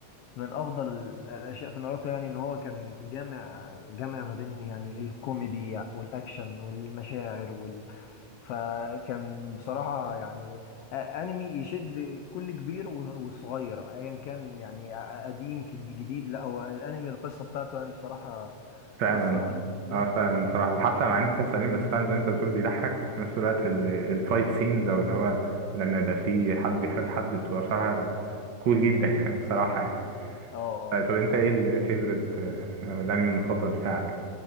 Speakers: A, on the left (about 85°); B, on the right (about 75°).
A: من افضل ال- الاشياء في ناروتو يعني ان هو كان جامع جامع ما بين يعني الكوميدي والاكشن والمشاعر فكان بصراحة يعني آه، أنمي يشد كل كبير و- وصغير أيا كان يعني آه، آه، قديم كد- جديد لا هو الأنمي القصة بتاعته يعني بصراحة
B: فعلا
A: قصة رهيبة يعني
B: اه فعلا بصراحة وحتى مع انه تحسه قديم بس فعلا زي ما انت بتقول بيضحك وفي نفس الوقت ال- الفايت سينز او اللي هو لما يبقى فيه حد بيحارب حد بتبقى بصراحة كول جدا <laughs> يعني بصراحة يعني
A: اه اه
B: آه، طب انت ايه الفيفورت او الانمي المفضل بتاعك؟